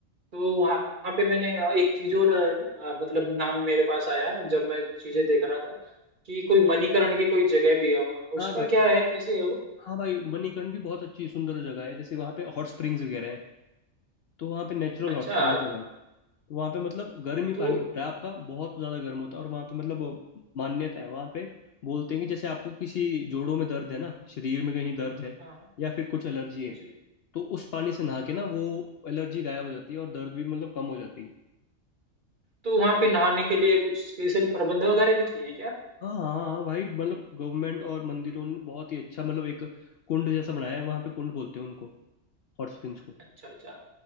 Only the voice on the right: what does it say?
तो वहाँ वहाँ पे मैंने एक चीज और अ, मतलब नाम मेरे पास आया जब मैं चीजें देख रहा था कि कोई मणिकरण की कोई जगह भी है वहाँ उसका
क्या है कैसे है वो
अच्छा
तो
हाँ
जी
तो वहाँ पे नहाने के लिए कुछ स्पेशल प्रबंध वगैरह भी किए हैं क्या
अच्छा अच्छा